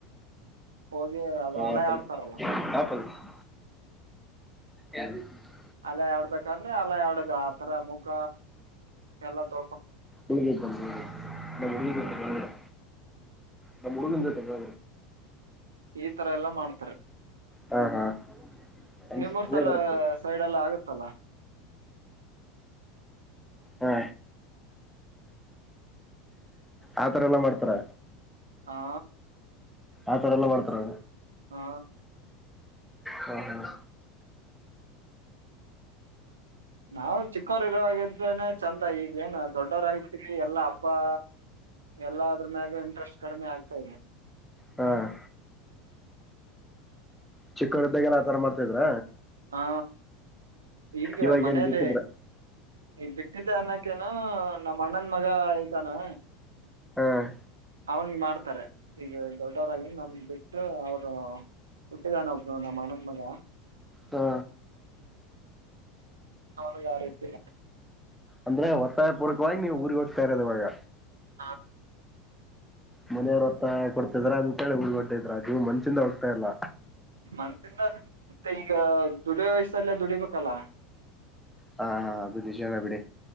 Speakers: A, on the right; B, in the centre.
A: ಹೋಗಿ ಅದು
B: ಹಾ
A: ಅಲೆ ಆಡ್ತಾರಲ್ಲ
B: <unintelligible> ಯ <unintelligible>
A: ಅಲ್ಲೈ ಆಡ್ಬೇಕಾದ್ರೆ ಅಲ್ಲೈ ಆಡದ ಆತರ ಮುಖ ಎಲ್ಲ ತ
B: ಹಗ ಹ <unintelligible> ನಮ್ಮ ಹುಡುಗನ ಜೊತೆ ಲೋ
A: ಈ ತರ ಎಲ್ಲಾ ಮಾಡ್ತಾರೆ
B: ಹಾ ಹಾ ಹಂಗೆ
A: ನಿಮ್ಮೂರ್ ಸರ
B: ಬರುತ್ತೆ
A: ಸೈಡ್ ಎಲ್ಲ ಆಗತ್ತಲ್ಲ
B: ಹಾ ಆತರ ಎಲ್ಲಾ ಮಾಡ್ತಾರ
A: ಹಾ
B: ಆತರ ಎಲ್ಲ ಮಾಡ್ತಾರ
A: ಹಾ
B: ಹ ಹ
A: ನಾವು ಚಿಕ್ಕೋರು ಇರುವ ಹಾಗಾಗದ ಚಂದ ಈ ಏನ ದೊಡ್ಡೋರಾಗತಿರಿ ಎಲ್ಲಾ ಹಬ್ಬಾ ಎಲ್ಲ ಅದ್ರ ಮ್ಯಾಗ ಇಂಟ್ರೆಸ್ಟ್ ಕಡ್ಮೆ ಆಗ್ತದೆ ಹಾಗದಾ <unintelligible>
B: ಹ್ಮ್ ಚಿಕ್ಕರುದ್ದಾಗಲ್ಲ ಆತರ ಮಾಡ್ತಿದ್ರ
A: ಹಾ ಈಗ
B: ಇವಾಗ
A: ಮನೇೆಯಲ್ಲಿ
B: ಏನ್ ಬಿಟ್ಟಿದ್ರ
A: ಈ ಬಿಟ್ಟಿದ್ದೆ ಅನ್ನಕ್ಕೇನ ನಮ ಅಣ್ಣನ್ ಮಗ ಇದಾನೆ
B: ಹ್ಮ್
A: ಅವನಿಗೆ ಮಾಡ್ತಾರೆ ಈಗ ದೊಡ್ಡವರಾಗಿನ್ ನಮ ಬಿಟ್ಟು ಅವರು ಹುಟ್ಟಿದಾನ ಒಬ್ ನಮ್ಮ ಅ್ಣನ್ ಮಗ
B: ಹಾ
A: ಅವನಿಗೆ ಯಾರೀತಿ
B: ಅಂದ್ರೆ ಒತ್ತಾಯ ಪೂರ್ವಕವಾಗಿ ನೀವುಊರಿಗೆ ಹೋಗ್ತಾ ಇರೋದ ಇವಾಗ
A: ಹಾ
B: ಮನೆಯವ್ರತ್ತಾಯ ಕೊಡ್ತಾರೆ ಕೊಡ್ತಿದ್ದಾರೆ ಅಂತ ಹೇಳಿ ಊರಿಗೆ ಹೋಗುತ್ತಿದ್ದೀರಾ ಮನ್ಸ್ ಚಿಂದ ಹೋಗ್ತಾ ಇಲ್ಲ
A: ಮನ್ಸಿಂದ ಮತ್ತೆ ಈಗ ದುಡಿಯೋ ವಯಸ್ಸಲ್ಲ ದುಡಿಬೇಕಲ್ಲ
B: ಹಾ ಅದು ನಿಜಾನೆ ಬಿಡಿ